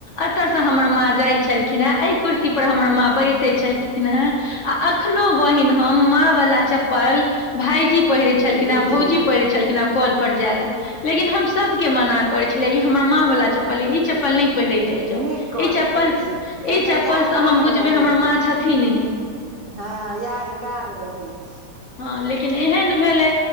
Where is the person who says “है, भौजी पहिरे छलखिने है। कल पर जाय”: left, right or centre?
Left